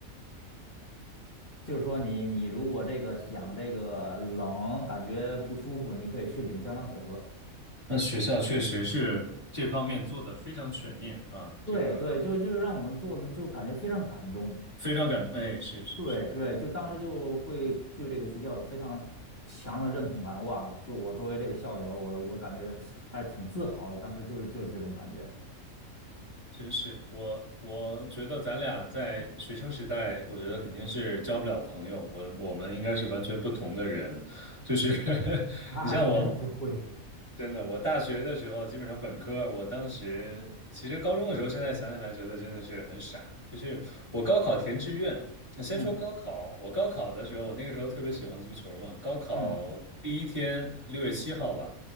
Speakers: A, on the left; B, on the right.
A: 就是说你你如果这个想这个冷感觉不舒服，你可以去领姜糖水喝。
B: 那学校确实是这方面做的非常全面啊，这个
A: 对对，就就是让我们做的就感觉非常感动。
B: 非常感动，哎，是是是，
A: 对对，就当时就会对这个学校有非常强的认同感。
B: 嗯，
A: 哇，作我作为这个校友，我我感觉还是挺自豪的。当时就是就是这种感觉。
B: 真是，我我觉得咱俩在学生时代，我觉得肯定是交不了朋友，我我们应该是完全不同的人，就是 <laughs>
A: 啊，
B: 你像我，
A: 应该不会。
B: 真的，我大学的时候，基本上本科，我当时其实高中的时候，现在想起来觉得真的是很傻。就是我高考填志愿，那先说高考，
A: 嗯
B: 我高考的时候，我那个时候特别喜欢足球嘛。高考第一天，
A: 嗯
B: 六月七号吧，